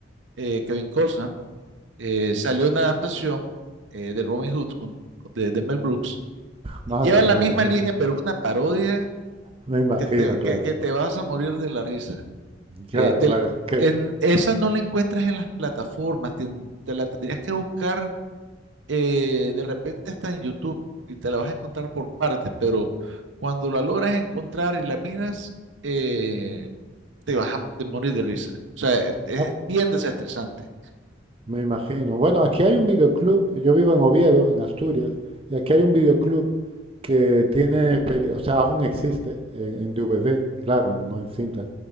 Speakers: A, on the right; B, on the right.
A: eh, Kevin Costner, eh, salió una adaptación eh, de Robin Hood con- con- de, de Mel Brooks.
B: Madre
A: Y lleva
B: mía,
A: la misma
B: me,
A: línea, pero es una parodia
B: me imagino,
A: que te,
B: claro.
A: que, que te vas a morir de la risa.
B: Claro,
A: Eh, te-
B: claro. Es que,
A: en- esa no la encuentras en las plataformas, te, te la tendrías que buscar eh, de repente está en YouTube y te la vas a encontrar por partes, pero cuando la logras encontrar y la miras, eh, te vas a te morir de risa. O sea, es es
B: ah,
A: bien desestresante.
B: Me imagino. Bueno, aquí hay un videoclub, yo vivo en Oviedo, en Asturias, y aquí hay un videoclub que tiene, peli- o sea, aún existe en, en DVD, claro, no en cintas,